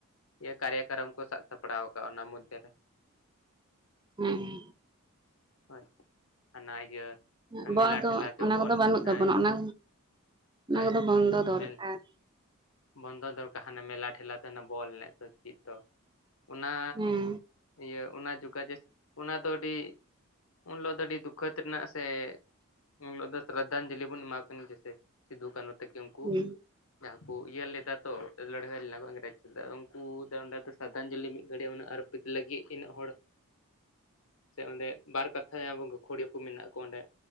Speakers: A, on the left (about 65°); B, on the right (about 20°).
A: ᱤᱭᱟᱹ ᱠᱟᱨᱭᱟ ᱠᱟᱨᱚᱢ ᱠᱚ ᱥᱟᱵ ᱥᱟᱯᱲᱟᱣ ᱟᱠᱟᱫ, ᱚᱱᱟ ᱢᱚᱫᱽᱫᱷᱮ ᱨᱮ
B: ᱦᱮᱸ᱾
A: ᱦᱳᱭ, ᱚᱱᱟ ᱤᱭᱟᱹ
B: ᱟᱵᱚᱣᱟᱜ
A: ᱢᱮᱞᱟ
B: ᱫᱚ
A: ᱴᱷᱮᱞᱟ ᱪᱚ
B: ᱚᱱᱟ
A: ᱵᱚᱞ
B: ᱠᱚᱫᱚ ᱵᱟᱹᱱᱩᱜ
A: ᱦᱮᱸ
B: ᱛᱟᱵᱚᱱᱟ᱾ ᱚᱱᱟ ᱚᱱᱟ
A: ᱦᱳᱭ
B: ᱠᱚᱫᱚ ᱵᱚᱱᱫᱚ ᱫᱚᱨᱠᱟᱨ
A: ᱢᱮᱞ ᱵᱚᱱᱫᱚ ᱫᱚᱨᱠᱟᱨ ᱦᱟᱱᱮ ᱢᱮᱞᱟ ᱴᱷᱮᱞᱟ, ᱛᱮᱱᱟᱜ ᱵᱚᱞ ᱮᱱᱮᱡ ᱫᱚ ᱪᱤᱫ ᱫᱚ? ᱚᱱᱟ
B: ᱦᱮᱸ
A: ᱤᱭᱟᱹ ᱚᱱᱟ ᱡᱩᱜᱟ ᱡᱟᱥᱛᱤ, ᱚᱱᱟ ᱫᱚ ᱟᱹᱰᱤ ᱩᱱ ᱦᱤᱞᱚᱜ ᱫᱚ ᱟᱹᱰᱤ ᱫᱩᱠᱷᱟᱹᱛ ᱨᱮᱱᱟᱜ ᱥᱮ ᱩᱱᱤᱞᱚᱜ ᱫᱚ ᱥᱨᱚᱫᱷᱚᱧᱡᱚᱞᱤ ᱵᱚᱱ ᱮᱢᱟ ᱠᱤᱱ ᱡᱮᱥᱮ᱾ ᱥᱤᱫᱩ ᱠᱟᱱᱦᱩ ᱛᱟᱹᱠᱤ ᱩᱱᱠᱩ
B: ᱦᱮᱸ
A: ᱡᱟᱦᱟᱸ ᱠᱚ ᱤᱭᱟᱹ ᱞᱮᱫᱟ ᱛᱚ, ᱞᱟᱹᱲᱦᱟᱹᱭ ᱞᱮᱱᱟ ᱠᱚ ᱤᱝᱨᱮᱡᱽ ᱞᱟᱹᱜ <unintelligible> ᱩᱱᱠᱩ ᱫᱚ ᱚᱸᱰᱮ ᱫᱚ ᱥᱟᱨᱫᱟᱧᱡᱚᱞᱤ ᱢᱤᱫ ᱜᱷᱟᱹᱲᱤᱡ ᱩᱱᱟᱹᱜ ᱟᱨ ᱟᱹᱯᱤᱛ ᱞᱟᱹᱜᱤᱫ ᱛᱤᱱᱟᱹᱜ ᱦᱚᱲ ᱥᱮ ᱚᱸᱰᱮ ᱵᱟᱨ ᱠᱟᱛᱷᱟᱭ ᱟᱵᱚ ᱜᱟᱹᱠᱷᱩᱲᱤᱭᱟᱹ ᱠᱚ ᱢᱮᱱᱟᱜ ᱠᱚ, ᱚᱸᱰᱮᱹ